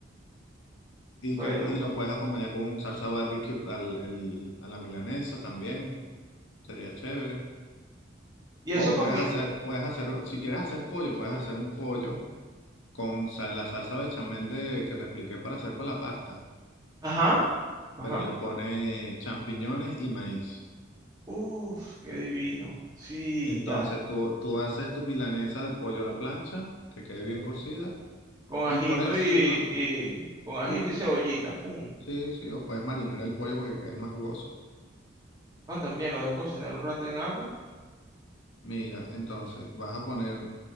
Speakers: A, on the left; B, on the right.
A: Y
B: Bueno,
A: que, y lo puedes acompañar con salsa barbecue al, el- a la milanesa también. Sería chévere.
B: y eso
A: O
B: combina.
A: puedes hacer, puedes hacer, si quieres hacer pollo, puedes hacer un pollo con sal- la salsa bechamel de, que te expliqué para hacer para la pasta,
B: Ajá, ajá.
A: pero le pone champiñones y maíz.
B: Uf, qué divino. Sí,
A: Entonces
B: ya.
A: tú, tú haces tu milanesa de pollo a la plancha, que quede bien cocida,
B: Con
A: y
B: ajito
A: por encima,
B: y, y- con
A: sí,
B: ajito y cebollita. Pum.
A: sí, sí, o puedes marinar el pollo porque quede más jugoso.
B: Ah, también lo dejo cocinar un rato en agua.
A: Mira, entonces vas a poner,